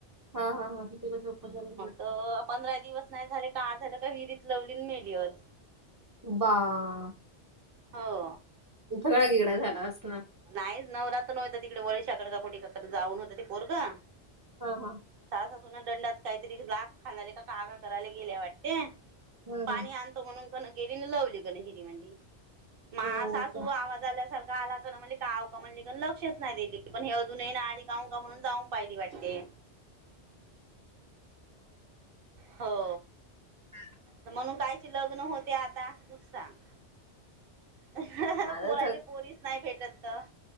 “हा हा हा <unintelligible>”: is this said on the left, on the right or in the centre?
Right